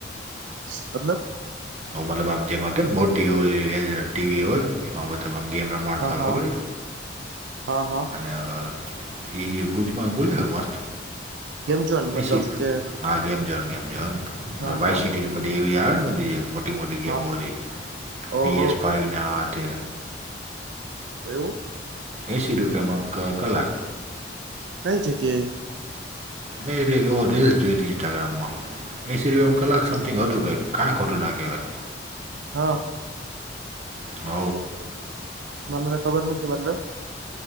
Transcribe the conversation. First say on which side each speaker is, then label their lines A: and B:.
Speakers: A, on the right (about 70°); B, on the right (about 35°).
A: શી- મતલબ
B: મતલબ આમ જેમાં કે મોટી ઓ લી ટીવી હોય એમાં તેમા એમ ગેમ રમારતા
A: હા હા
B: ખબર છે
A: હા હા
B: અને એ બુદીમાં ગુલ્યો મસ્ત
A: ગેમ જોન મતલબ
B: એસી
A: કે
B: હા ગેમ જૉન ગેમ જોન
A: હા
B: વાય
A: હા
B: સીટી ને એ બધી એવી ને બધી મોટી મોટી
A: હા
B: ગેમ હો હતી- પી
A: ઓહો
B: એસ ફાઈવ ને આ તે
A: એવું
B: એસી રૂપિયામાં કલાક
A: કઈ જગ્યાએ
B: નહી ર એવો રીલ્સ જોઈ ત ઇન્સ્ટાગ્રામમાં એ સિ હું કલાક સમ ટિંગ હતું કે ક્યાઈ ખોટું ના કહેવાય
A: હા
B: હ
A: મનેને ખબર નથી મતલબ